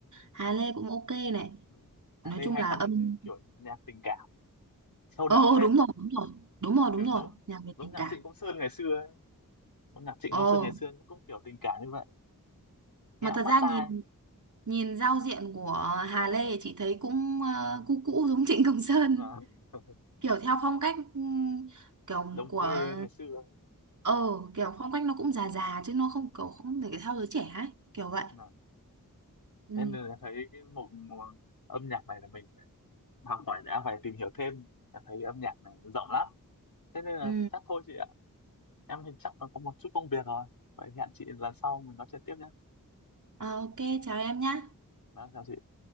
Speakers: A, on the right; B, on the left.
A: Hà Lê cũng ok này
B: ừ. Hà
A: nói
B: Lê
A: chung
B: hay
A: là
B: có
A: âm
B: những cái kiểu nhạc tình cảm sâu
A: ờ
B: đậm
A: ờ,
B: phết
A: đúng rồi đúng rồi đúng rồi
B: kiểu
A: đúng rồi
B: giống
A: nhạc về
B: giống
A: tình
B: nhạc
A: cảm
B: Trịnh Công Sơn ngày xưa ấy. giống nhạc Trịnh
A: ờ
B: Công Sơn ngày xưa nó cũng kiểu tình cảm như vậy nghe
A: mà
B: cũng
A: thật
B: bắt
A: ra
B: tai
A: nhìn nhìn giao diện của Hà Lê thì chị thấy cũng ờ, cũ cũ giống Trịnh Công Sơn
B: và <laughs>
A: kiểu theo phong cách ừm, kiểu
B: đồng
A: của
B: quê ngày xưa
A: ờ kiểu phong cách nó cũng già già chứ nó không kiểu không để theo giới trẻ ấy kiểu vậy
B: Mà-
A: ừ
B: nên là em thấy cái mục mục âm nhạc này là mình phải học hỏi đã phải tìm hiểu thêm em thấy âm nhạc này rộng lắm thế nên là
A: ừ
B: chắc thôi chị ạ em thì chắc là có một chút công việc rồi vậy hẹn chị lần sau mình nói chuyện tiếp nhé
A: Ờ, ok chào em nhá
B: vâng chào chị